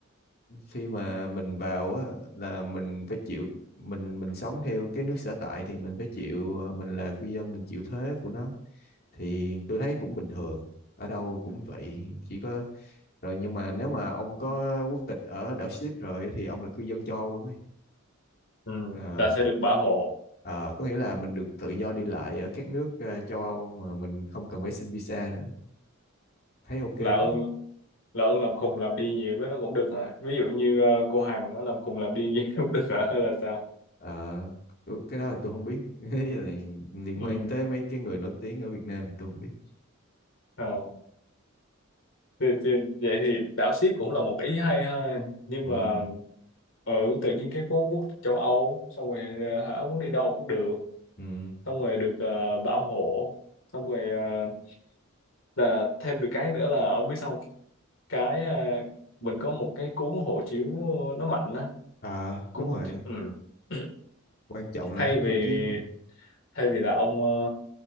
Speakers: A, on the left; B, on the left.
A: khi mà mình vào á, là mình phải chịu mình mình sống theo cái nước sở tại thì mình phải chịu mình là cư dân mình chịu thuế của nó thì tôi thấy cũng bình thường ở đâu cũng vậy chỉ có rồi nhưng mà nếu mà ông có quốc tịch ở đảo ship rồi thì ông là cư dân châu Âu luôn ấy
B: ừ.
A: Ờ,
B: là sẽ được bảo hộ
A: ờ, có nghĩa là mình được tự do đi lại ở các nước ờ, châu Âu mà mình không cần phải xin visa nữa thấy ok phết
B: là ơn
A: đấy.
B: là ưng làm khùng làm điên gì với nó cũng được hả ví dụ như ờ, cô Hằng nó làm khùng làm điên gì <laughs> cũng được hả hay là sao
A: Ờ, tôi- cái đó là tôi không biết <laughs> Cái này liên
B: ừ.
A: quan tới mấy cái người nổi tiếng ở Việt Nam thì tôi không biết
B: ờ. Thì, thì, vậy thì đảo ship cũng là một ý hay ha nhưng
A: ừ,
B: mà ừ, tự nhiên cái quốc quốc tịch châu Âu xong rồi ờ, hả muốn đi đâu cũng được
A: ừ.
B: xong rồi được ờ, Bảo Hộ xong rồi ờ, là thêm được cái nữa là ông biết sao không? cái ờ, mình có một cái cuốn hộ chiếu nó mạnh á
A: À,
B: cuốn
A: đúng
B: hộ
A: rồi
B: chiếu ừ. <clears throat>
A: quan trọng là
B: thay
A: húng
B: vì
A: hộ chiếu mà
B: thay vì là ông ờ,